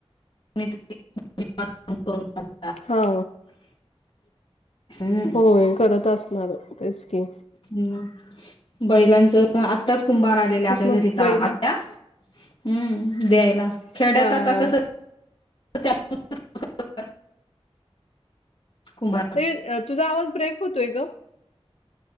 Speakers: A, on the left; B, on the left.
A: <unintelligible>
B: हा!
A: <inaudible>
B: होय करत असणार तेच की.
A: हू बैलांचं आत्ताच कुंभार आलेले आमच्या
B: तेच मग
A: घरी तं
B: बैल
A: आत्या. हू द्यायला
B: हा
A: खेड्यात आता
B: हा
A: कसं <unintelligible> कुंभार!
B: ये तुझा आवाज ब्रेक होतोय ग.